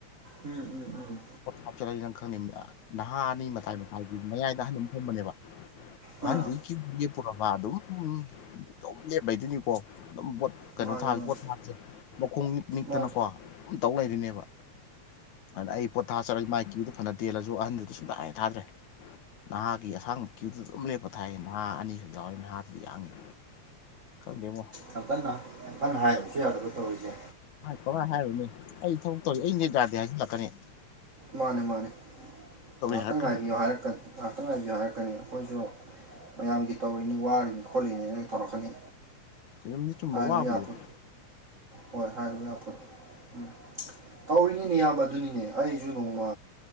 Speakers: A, on the right (about 55°); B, on the left (about 75°).
A: ꯎꯝ ꯎꯝ ꯎꯝ
B: ꯍꯥꯞꯆꯔꯒꯦ ꯅꯪ ꯈꯪꯅꯤꯡꯕ ꯅꯍꯥ ꯑꯅꯤ ꯃꯇꯥꯏ ꯃꯇꯥꯏꯒꯤ ꯃꯌꯥꯏꯗ ꯍꯟ ꯑꯃ ꯊꯕꯅꯦꯕ
A: ꯑꯥ
B: ꯑꯍꯟꯗꯔꯤ ꯀ꯭ꯌꯨꯞ ꯂꯦꯞꯄꯨꯔꯕ ꯑꯗꯨꯝ ꯑꯗꯨꯝ ꯂꯦꯞꯂꯩꯗꯣꯏꯅꯤꯀꯣ ꯑꯗꯨꯝ ꯚꯣꯠ ꯀꯩꯅꯣ
A: ꯃꯥꯅꯦ
B: ꯊꯥꯥꯁꯦ
A: ꯃꯥꯅꯦ
B: ꯄꯣꯠ ꯊꯥꯁꯦ ꯃꯈꯣꯡ ꯅꯤꯛ ꯅꯤꯛꯇꯅꯀꯣ
A: ꯃꯥꯅꯦ
B: ꯑꯝꯇꯧ ꯂꯩꯔꯤꯅꯦꯕ ꯑꯗꯨꯅ ꯑꯩ ꯄꯣꯠ ꯊꯥꯖꯔꯒꯗꯤ ꯃꯥꯏ ꯀꯤꯕꯤꯗꯨ ꯐꯅ ꯇꯦꯜꯂꯁꯨ ꯑꯍꯟꯗꯨꯗꯁꯨ ꯁꯨꯡꯗꯥꯏꯦ ꯊꯥꯗ꯭ꯔꯦ ꯅꯍꯥꯒꯤ ꯑꯁꯥꯡꯕ ꯀ꯭ꯌꯨꯗꯨꯗ ꯑꯗꯨꯝ ꯂꯦꯞꯄ ꯊꯥꯏ ꯅꯍꯥ ꯑꯅꯤꯁꯨꯛ ꯌꯥꯎꯏ ꯅꯍꯥꯗꯨꯗꯤ ꯌꯥꯡꯏꯤ ꯀꯪꯗꯦꯕꯣ
A: ꯌꯥꯝ ꯀꯟꯅ ꯌꯥꯝ ꯀꯟꯅ ꯍꯥꯏꯔꯕꯁꯨ ꯌꯥꯗꯕ ꯇꯧꯔꯤꯁꯦ
B: ꯀꯃꯥꯏꯅ ꯍꯥꯏꯔꯨꯅꯦ ꯑꯩ ꯊꯕꯛ ꯇꯧꯔꯤ ꯑꯩꯩꯅ ꯌꯥꯗꯦ ꯍꯥꯏꯁꯤꯜꯂꯛꯀꯅꯤ
A: ꯃꯥꯅꯦ ꯃꯥꯅꯦ ꯉꯥꯏꯍꯥꯛꯇꯪ
B: ꯍꯥꯏꯔꯛꯀꯅꯤ
A: ꯉꯥꯏꯕꯤꯌꯣ ꯍꯥꯏꯔꯛꯀꯅꯤ ꯉꯥꯏꯍꯥꯛꯇꯪ ꯉꯥꯏꯕꯤꯌꯨ ꯍꯥꯏꯔꯛꯀꯅꯤ ꯑꯩꯈꯣꯏꯁꯨ ꯃꯌꯥꯝꯒꯤ ꯇꯧꯔꯤꯅꯤ ꯋꯥꯔꯤꯅꯤ ꯈꯣꯠꯂꯤꯅꯤ ꯑꯗꯨꯅ ꯇꯧꯔꯛꯀꯅꯤ
B: ꯝ ꯆꯨꯝꯃ
A: ꯍꯥꯏꯔꯨꯕ
B: ꯋꯥ ꯍꯥꯕꯗꯣ
A: ꯌꯥꯄꯣꯠ ꯍꯣꯏ ꯍꯥꯏꯔꯤꯕ ꯑꯐꯠꯇ ꯎꯝ ꯇꯧꯔꯤꯅꯤꯅꯦ ꯏꯌꯥꯝꯕ ꯑꯗꯨꯅꯤꯅꯦ ꯑꯩꯁꯨ ꯅꯣꯡꯃ